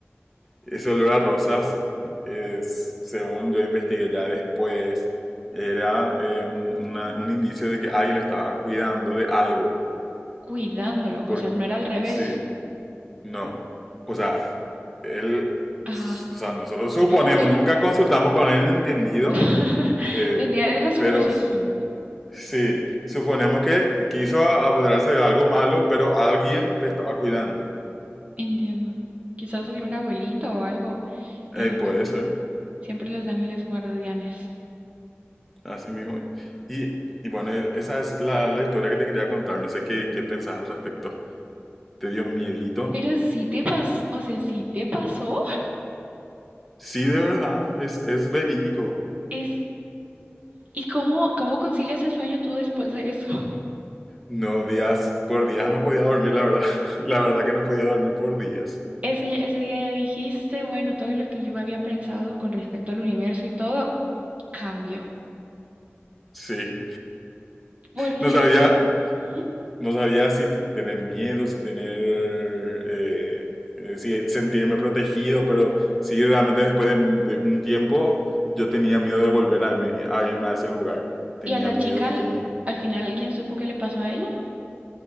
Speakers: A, in the centre; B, on the right.
A: Ese olor a rosas, es, según yo investigué ya después, era eh, un, una- un indicio de que alguien le estaba cuidando de algo.
B: cuidándolo,
A: Por,
B: o sea, no era al revés.
A: sí. No. O sea, él,
B: Ajá,
A: o sea, nosotros suponemos,
B: tenía como su...
A: nunca consultamos con alguien entendido,
B: <laughs>
A: eh,
B: tenía, era la suposición.
A: pero sí, suponemos que quiso a- apoderarse de algo malo, pero alguien le estaba cuidando.
B: Entiendo. Quizás algún abuelito o algo,
A: Eh,
B: que son
A: puede
B: siempre,
A: ser,
B: siempre los ángeles guardianes.
A: así mismo. Y, y bueno, esa es la, la historia que te quería contar, no sé qué, qué pensás al respecto. ¿Te dio miedito?
B: Pero sí te pasó, o sea, sí te pasó.
A: Sí, de verdad, es, es verídico.
B: Es, ¿y cómo, cómo concilias el sueño tú después de eso? <laughs>
A: No, días, por días no podía dormir, la verdad. <laughs> La verdad que no podía dormir por días.
B: Ese, ese día ya dijiste, bueno, todo lo que yo había pensado con respecto al universo y todo cambió.
A: Sí,
B: Porque,
A: no sabía,
B: ujú.
A: no sabía si t- tener miedos, tener, eh, eh, si sentirme protegido, pero sí, realmente después de, de un tiempo yo tenía miedo de volver a, irme- a irme a ese lugar, tenía
B: ¿y a la
A: miedo
B: chica
A: y
B: al, al final alguien supo qué le pasó a ella?